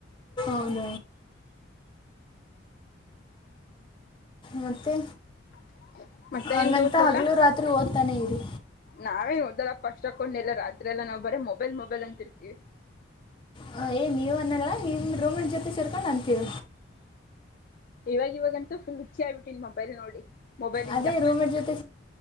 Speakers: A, on the left (about 25°); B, on the left (about 45°).
A: ಹೌದ ಮತ್ತೆ
B: <inaudible>
A: ಹಂಗಂತ
B: ನಿಮ್ದು ಊಟ
A: ಹಗ್ಲುೂ ರಾತ್ರಿ ಓದ್ತಾನೆ ಇರಿ
B: ನಾವೇನ್ ಓದ್ದಲ್ಲಪ್ಪ ಅಷ್ಟೊಕೊಂದು ಎಲ್ಲ ರಾತ್ರಿ ಎಲ್ಲ ನಾವವು ಬರೀ ಮೊಬೈಲ್ ಮೊಬೈಲ್ ಅಂತಿರ್ತೀವಿ
A: ಹ ಏ್ ನೀವ್ ಅನ್ನಲ್ಲ ನಿಮ್ಮ ರೂಮನ್ ಜೊತೆ ಸೇರ್ಕೊಂಡು ಅಂತೀರ
B: ಇವಾಗ ಇವಾಗಂತೂ ಫುಲ್ ಹುಚ್ಚಿ ಆಗ್ಬಿಟ್ಟುನ್ ಮೊಬೈಲ್ ನೋಡಿ ಮೊಬೈಲಿಂದ
A: ಅದೇ ರೂಮೇಟ್ ಜೊತೆ